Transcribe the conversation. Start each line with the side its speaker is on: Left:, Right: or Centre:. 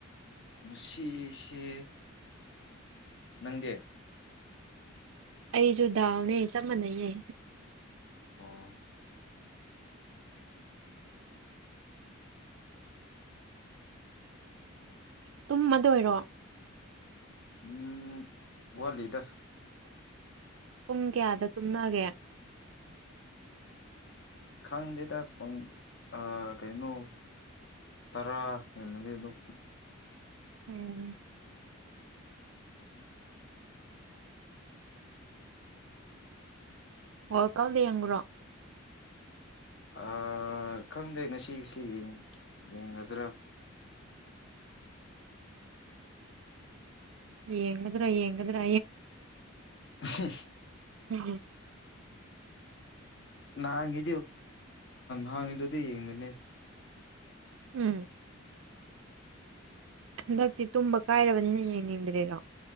Left: ꯁꯤꯁꯦ ꯅꯪꯗꯦ
Right: ꯑꯩꯁꯨ ꯗꯥꯜꯅꯦ ꯆꯞ ꯃꯥꯟꯅꯩꯌꯦ
Left: ꯑꯣ
Right: ꯇꯨꯝꯃꯗꯣꯏꯔꯣ
Left: ꯎꯝ ꯋꯥꯂꯤꯗ
Right: ꯄꯨꯡ ꯀꯌꯥꯗ ꯇꯨꯝꯅꯒꯦ
Left: ꯈꯪꯗꯦꯗ ꯐ ꯑ ꯀꯩꯅꯩꯅꯣ ꯇꯔꯥ ꯂꯩꯂꯗꯤ ꯑꯗꯨ
Right: ꯎꯝ ꯑꯣꯀꯜꯗ ꯌꯦꯡꯕ꯭ꯔꯣ
Left: ꯑ ꯈꯪꯗꯦ ꯉꯁꯤꯒꯤꯁꯤ ꯌꯦꯡꯒꯗ꯭ꯔꯥ
Right: ꯌꯦꯉ ꯑꯗꯨꯔꯥ ꯌꯦꯡ ꯑꯗꯨꯔꯣ
Left: <unintelligible>
Right: ꯎꯝ
Left: ꯅꯗꯦ ꯅꯪꯗꯗꯤ ꯌꯦꯗꯅꯦ
Right: ꯎꯝ ꯍꯟꯗꯛꯇꯤ ꯇꯨꯝꯕ ꯀꯥꯏꯔꯕꯅꯤꯅ ꯌꯦꯡꯅꯤꯡꯗ꯭ꯔꯦꯔꯣ